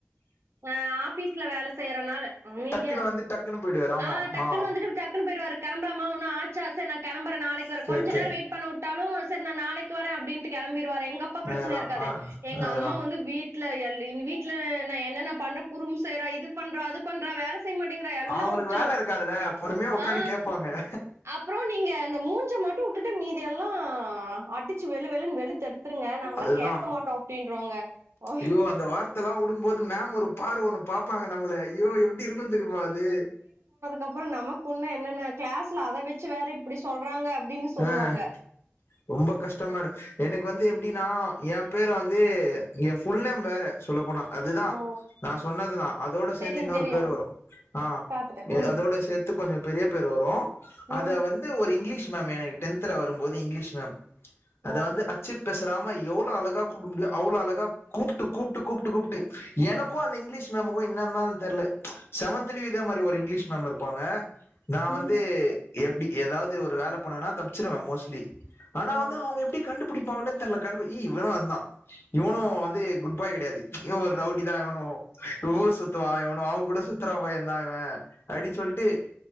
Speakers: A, on the right; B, on the left.
A: ஹ ஆஃபீஸ்ல வேல செய்றனால அமைதியா
B: டக்குன்னு
A: இருக்கு
B: வந்து டக்குன்னு போயிடுவாரு ஆமா
A: ஆஹ் டக்குன்னு
B: ஆ
A: வந்துட்டு டக்குனு போய்டுவாரு கெளம்பலாமா ஒன்னு ஆச்சா சரி நான் கெளம் ம்பர நாளைக்கு வர
B: ஓகே
A: கொஞ்சநேரோ
B: ஓகே
A: வெயிட் பண்ண வுட்டாலும் செர் நா நாளைக்கு வரேன் அப்டின்டு கெளம்பிவாரு எங்க அப்பா பிரச்சன
B: அதேதா
A: இருக்காது
B: ஆ
A: எங்க
B: அதேதா
A: அம்மா வந்து வீட் ட்ல எல் எங்க வீட்ல நா என்னென்ன பண்ற குறும்பு செய்யறா இது பண்றா அது பண்றா வேல செய்ய மாட்டேங்கிறா, எல்லாம்
B: அவுங்களுக்கு
A: ஒப்பிச்சுரும்.
B: வேல இருக்காதுல பொறுமையா ஒக்காந்து
A: ஆ
B: கேப்பாங்க
A: அப்புறம் நீங்க அந்த மூஞ்ச மட்டும் வுட்டுட்டு மீதியெல்லாம் அடிச்சு வெளு வெளு வெளுத் தெடுத்துருங்க நாங்களாம்
B: அதுதா
A: கேக்க மாட்டோம் அப்டின்ரூவாங்க ஓ
B: ஐயோ அந்த வார்த்தல்லா வுடும்போது மேம் ஒரு பார்வ ஒன்னு பாப்பாங்க நம்மள அய்யோ எப்டி இருக்கும் தெரியுமா அது
A: கப்புறோம் நமக்குன்ன என்னன்ன கிளாஸ்ல அத வச்சு வேற இப்டி சொல்றாங்க அப்டின்னு சொல்லுவாங்க.
B: ஆஹ் ரொம்ப கஷ்டமா இருக் எனக்கு வந்து து எப்டின்னா ஏ பேர் வந்து ஃபுல்நேம் வேற சொல்ல போனா அதுதா
A: ஓ!
B: நா சொன்னதுதா அதோட சேர்ந்து
A: தெரியும்,
B: இன்னொரு
A: தெரியும்.
B: பேர் வரும் ஆ
A: பாத்துட்டேன்.
B: ய
A: ம்,
B: அதோட சேர்த்து கொஞ்சம் பெரிய பேர் வரும்
A: ம்,
B: அத வந்து ஒரு இங்கிலீஷ் மேம் எனக்கு டென்த்ல வரும்போது இங்கிலீஷ் மேம் அத
A: ஓ!
B: வந்து அச்சு பேசாஆமா எவ்ளோ அழகா கூப்புடுது முடியும் அவ்வளோ அழகா கூப்பிட்டு கூப்பிட்டு கூப்பிட்டு எனக்கும் அந்த இங்கிலீஷ் நமக்கு என்னனா தெரியல செவன்த் லீயும் இதே மாரி ஒரு இங்கிலீஷ் மேம் இருப்பாங்க நான்
A: ம்,
B: வந்து எப்புடி ஏதாவது ஒரு வேல போனா தப்பிச்சிடுவேன் மோஸ்லி ஆனா
A: ஓ!
B: வந்து அவுங்க எப்படி கண்டு எப்டி போனானு தெரியல கண் முன்னே இவனும் இருந்தான்இவனும் வந்து குட் பாய் கிடையாது இவன்னும் ஒரு ரவுடிதான் இவனும் ஊர் சுத்துவா இவனும் அவங்க கூட சுத்தர பையன் தான் இவன் அப்டினு சொல்லிட்டு